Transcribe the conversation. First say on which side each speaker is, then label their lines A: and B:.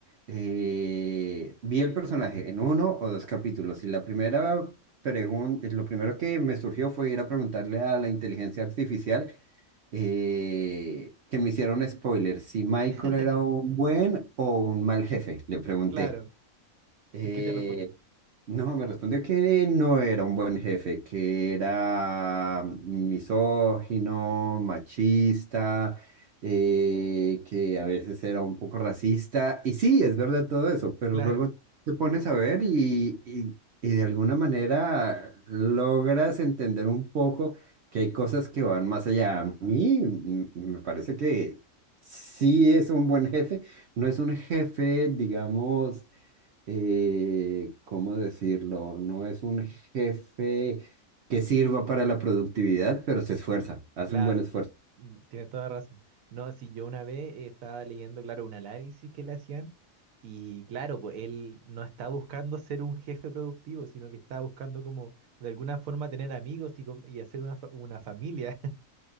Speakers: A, on the right; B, on the right.
A: eh, vi el personaje en uno o dos capítulos y la primera pregunta, lo primero que me surgió fue ir a preguntarle a la inteligencia artificial eh, que me hicieron spoiler, si Michael
B: <laughs>
A: era un buen o un mal jefe, le pregunté.
B: Claro,
A: Eh,
B: ¿y qué te respondió?
A: no, me respondió que no era un buen jefe, que era misógino, machista, eh, que a veces era un poco racista. Y sí, es verdad todo eso, pero
B: Claro,
A: luego te pones a ver y, y, y de alguna manera logras entender un poco que hay cosas que van más allá. A mí mm, me parece que sí es un buen jefe, no es un jefe, digamos eh, ¿cómo decirlo? No es un jefe que sirva para la productividad, pero se esfuerza, hace
B: claro,
A: un buen esfuerzo.
B: mm, tienes toda razón. No, si yo una vez eh, estaba leyendo, claro, un análisis que le hacían y claro, pues él no está buscando ser un jefe productivo, sino que está buscando como de alguna forma tener amigos y, com- y hacer una, fa- una familia.